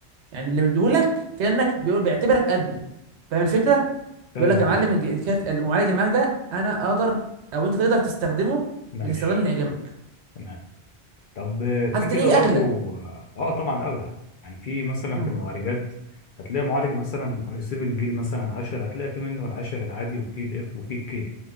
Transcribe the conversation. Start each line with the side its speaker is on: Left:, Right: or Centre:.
Right: يعني اللي مديهولك كانك بيقول بيعتبرك ادمن فاهم الفكره
Left: فاهم
Right: بيقول لك يا
Left: اه
Right: معلم الج- كارت المعالج اللي معاك ده انا اقدر او انت تقدر تستخدمه
Left: ماشي
Right: بالاستخدام اللي يعجبك
Left: تمام طب آه، في
Right: حتى
Left: كده
Right: تلاقيه
Left: برضو
Right: اغلى
Left: اه آه، طبعا اغلى يعني في مثلا
Right: مم.
Left: في المعالجات هتلاقي معالج مثلا الاي 7 جيل مثلا 10 هتلاقي في منه العشر العادي وفي الاف وفي الكي